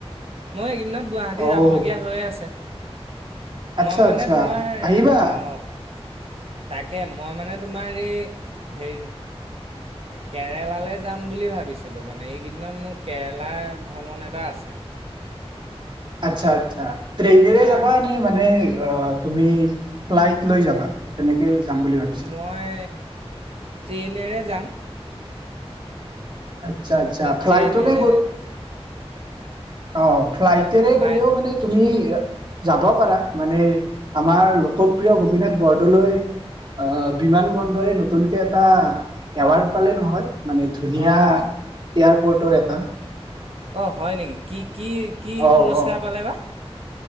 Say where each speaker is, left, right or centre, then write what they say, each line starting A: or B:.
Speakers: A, on the right; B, on the right.
A: ময়ো এইকেইদিনত গুৱাহাটী
B: অ',
A: যাবলগীয়া হৈয়ে আছে
B: আচ্ছা,
A: মই মানে
B: আচ্ছা
A: তোমাৰ
B: আহিবা
A: আহ তাকে মই মানে তোমাৰ এই হ কেৰেলালৈ যাম বুলি ভাবিছিলোঁ মানে এইকেইদিনত মোৰ কেৰেলাৰ ভ্ৰমণ এটা আছে
B: আচ্ছা আচ্ছা। ট্ৰেইনেৰে
A: তাক
B: যাবা নে মানে তুমি ফ্লাইট লৈ যাবা কেনেকৈ যাম বুলি ভাবিছা
A: মই ট্ৰেইনেৰে যাম
B: আচ্ছা আচ্ছা ফ্লাইটো
A: ট্ৰেইনেৰে
B: গ অ ফ্লাইটেৰে
A: নে ফ্লাইট
B: গ'লেও মানে তুমি যাব পাৰা মানে আমাৰ লোকপ্ৰিয় গোপীনাথ বৰদলৈ আহ বিমান বন্দৰে নতুনকে এটা এৱাৰ্ড পালে নহয় মানে ধুনীয়া
A: অঁ
B: এয়াৰপৰ্টৰ এটা এ
A: অ, হয় নেকি? কি, কি, কি
B: অ
A: পুৰস্কাৰ
B: অ
A: পালে বা?